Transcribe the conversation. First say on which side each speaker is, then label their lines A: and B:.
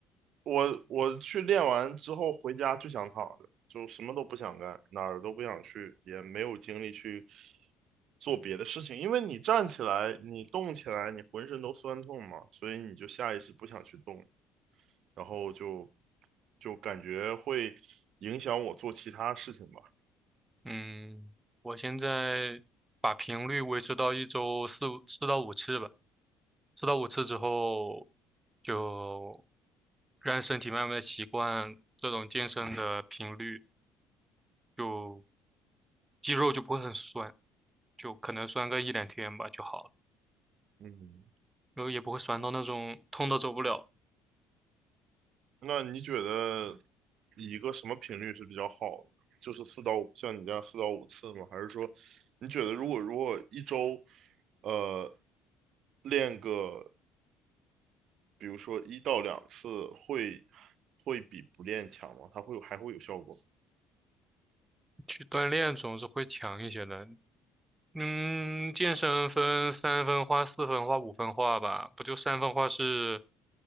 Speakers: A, on the right; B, on the right.
A: 我我去练完之后回家就想躺着，就什么都不想干，哪儿都不想去，也没有精力去做别的事情。因为你站起来，你动起来，你浑身都酸痛嘛，所以你就下意识不想去动，然后就就感觉会影响我做其他事情吧。
B: 嗯，我现在把频率维持到一周四五四到五次吧，四到五次之后，就让身体慢慢的习惯这种健身的频率，就肌肉就不会很酸，就可能酸个一两天吧就好了，
A: 嗯，
B: 然后也不会酸到那种痛到走不了。
A: 那你觉得一个什么频率是比较好的？就是四到五，像你这样四到五次吗？还是说，你觉得如果如果一周，呃，练个比如说一到两次会，会比不练强吗？它会有还会有效果？
B: 去锻炼总是会强一些的。嗯，健身分三分化、四分化、五分化吧，不就三分化是